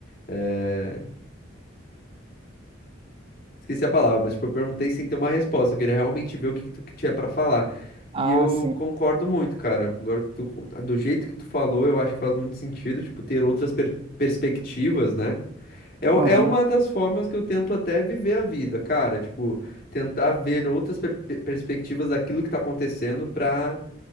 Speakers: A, on the left; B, on the right.
A: eh, Esqueci a palavra, mas tipo, eu perguntei sem ter uma resposta. Eu queria realmente ver o que que tu tinha pra falar.
B: Ah,
A: E eu
B: sim.
A: concordo muito, cara. Agora, que tu, do jeito que tu falou, eu acho que faz muito sentido, tipo, ter outras per- perspectivas, né? É, o-
B: Aham.
A: é uma das formas que eu tento até viver a vida, cara. Tipo, tentar ver outras per- perspectivas daquilo que tá acontecendo pra,